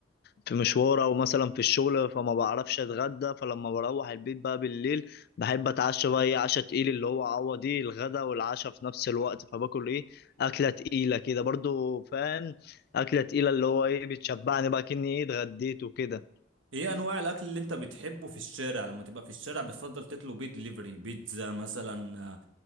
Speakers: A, on the left; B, on the right.
A: في مشوار او مثلا في الشغل فما بعرفش اتغدى فلما بروح البيت بقى بالليل بحب اتعشى بقى ايه عشا تقيل اللي هو عوض ايه الغدا والعشاء في نفس الوقت فباكل ايه اكله تقيله كده برضو فاهم اكله تقيله اللي هو ايه بتشبعني بقى كني ايه اتغديت وكده
B: ايه انواع الاكل اللي انت بتحبه في الشارع لما تبقى في الشارع بتفضل تطلب بيه دليفري بيتزا مثلا آه